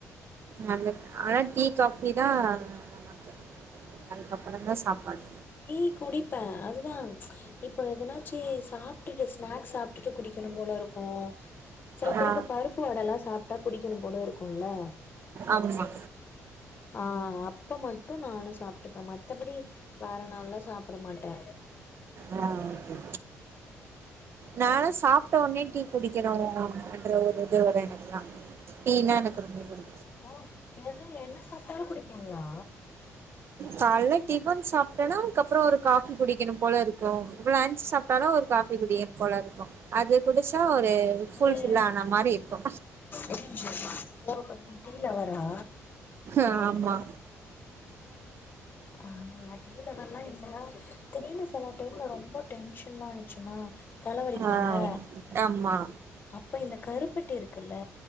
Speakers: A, on the right (about 45°); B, on the left (about 35°).
A: நல்ல ஆனா டீ காஃபி தா நமக்கு அதுக்கப்புறந்தா சாப்பாடு
B: டீ குடிப்பே அதுதா இப்ப எதுனா ச்சி சாப்டுட்டு ஸ்நாக்ஸ் சாப்டுட்டு குடிக்கனும் போல இருக்கு சில பேருக்கு
A: ஆ
B: பருப்பு வடல்லா சாப்டா குடிக்கனு போல இருக்குல்ல
A: ஆமா
B: ஆ அப்ப மட்டு நானு சாப்ட்டுப்பே மத்தபடி வேற நாள்லா சாப்புட மாட்டே
A: ஆ‌ ஓகே நானு சாப்டோனே டீ குடிக்கனூ என்ற ஒரு இது வரு எனக் குலா டீனா எனக்கு ரொம்ப புடி
B: க்கு என்னது என்ன சாப்டாலு குடிப்பிங்லா
A: கால்ல டிஃபன் சாப்டெனா அதுக்கப்றோ ஒரு காஃபி குடிக்கனும் போலருக்கு லன்ச் சாப் டனா ஒரு காஃபி குடிக்கனு போலருக்கு அது குடுச்சா ஒரு ஃபுல்ஃபில்
B: ஏ
A: ஆன மாரி இருக்கு
B: ஒரே நிமிஷோ இருமா கோவப்படாம டீ லவ்வரா?
A: ஆமா
B: ஆ நா டீ லவ்வர்லா இல்ல திடீனு செல டைம்ல ரொம்ப டென்ஷன்லா ஆயிட்ச்சுன்னா தலவலிக்குல்ல
A: ஆ ஆமா
B: அப்ப இந்த கருப்பட்டி இருக்குல்ல